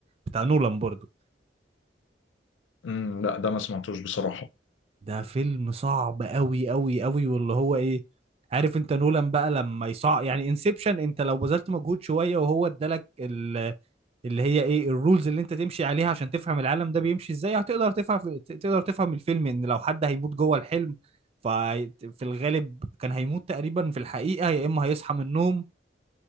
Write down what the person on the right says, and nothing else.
بتاع نولان برضو
ده فيلم صعب قوي قوي قوي واللي هو ايه عارف انت نولان بقى لما يصع يعني انسبشن انت لو بذلت مجهود شويه وهو ادالك اللي هي ايه الرولز اللي انت تمشي عليها عشان تفهم العالم ده بيمشي ازاي هتقدر تفهم تقدر تفهم الفيلم ان لو حد هيموت جوه الحلم ففي الغالب كان هيموت تقريبا في الحقيقة يا اما هيصحى من النوم